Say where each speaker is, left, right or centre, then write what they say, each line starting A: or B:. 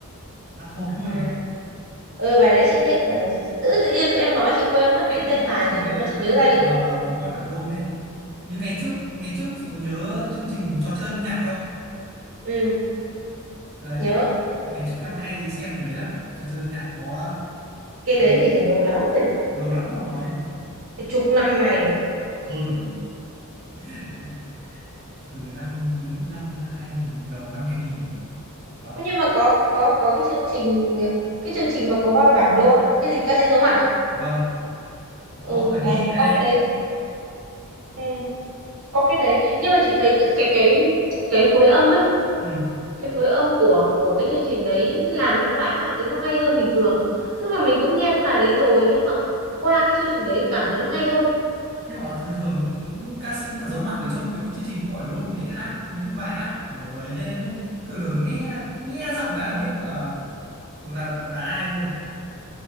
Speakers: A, on the right; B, on the right.
A: hát thuộc luôn
B: ừ. ừ bài đấy chị thích bài đấy chị thích tự tự nhiên em nói chị quên mất
A: em
B: cái
A: cũng
B: tên
A: thích
B: bài
A: chương trình
B: rồi
A: cái
B: nhưng mà chị
A: âm
B: nhớ giai
A: nhạc
B: điệu
A: mà có voi bản đôn này nhưng ngày trước ngày trước chị có nhớ chương trình trò chơi âm nhạc không
B: ừ
A: đấy
B: nhớ
A: ngày trước em hay xem cái đấy lắm trò chơi âm nhạc có
B: cái
A: ờ,
B: đấy thì phải lâu lắm rồi
A: lâu lắm rồi
B: phải chục năm này rồi
A: hơn <laughs> từ năm những năm hai nghìn đầu năm 2000 đó
B: đấy. nhưng mà có có có cái chương trình cái chương trình mà có vào bản đô nữa. cái gì ca sĩ giấu mặt à
A: vâng
B: ừ
A: có Khởi My
B: đấy
A: này
B: có cái đấy ừ, có cái đấy nhưng mà chị thấy cái cái cái phối âm ấy
A: ừ.
B: cái phối âm của của cái chương trình đấy làm cho cái bài hát đấy nó hay hơn bình thường tức là mình cũng nghe cái bài đấy rồi nhưng mà qua cái chương trình đấy cảm thấy nó hay hơn
A: nhưng mà thường thường những ca sĩ mà giấu mặt ở trong cái chương trình Vua Hỏi Rôn để hát những bài hát của ấy đây thường thường nghe nghe giọng cái là biết là là là ai luôn